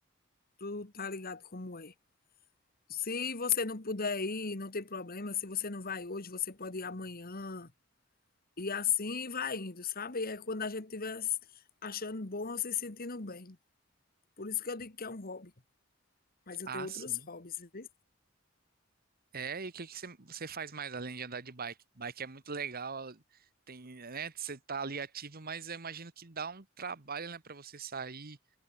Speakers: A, on the left; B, on the right.
A: Tu tá ligado como é. Se você não puder ir, não tem problema, se você não vai hoje, você pode ir amanhã, e assim vai indo, sabe. É quando a gente estiver achando bom, se sentindo bem. Por isso que eu digo que é um hobby, mas eu
B: Ah,
A: tenho outros
B: sim.
A: hobbies, viu.
B: É, e o que que você você faz mais além de andar de bike? Bike é muito legal, tem, né, você tá ali ativo, mas eu imagino que dá um trabalho, né, para você sair,